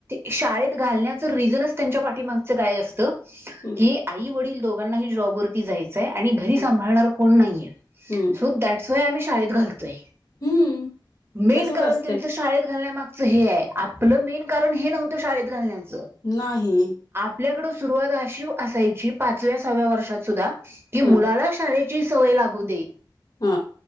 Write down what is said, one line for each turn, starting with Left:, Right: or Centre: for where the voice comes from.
Right: शाळेत घालण्याचं रिझनच त्यांच्या पाठीमागच काय असतं
Left: हम्म
Right: की आई वडील दोघांनाही जॉब वरती जायचंय घरी
Left: हम्म
Right: सांभाळायला कोणी नाही
Left: हम्म
Right: सो दॅट्स सोय आम्ही शाळेत घालतोय
Left: हम्म
Right: मेन
Left: तसच
Right: कारण
Left: असते
Right: त्यांचं शाळेत घालण्यामाग हे आहे आपलं मेन कारण हे नव्हतं शाळेत घालण्याच
Left: नाही.
Right: आपल्याकड सुरुवात अशी असायची पाचव्या सहाव्या वर्षात सुद्धा की
Left: ह
Right: मुलाला शाळेत ची सवोय लागू दे.
Left: हा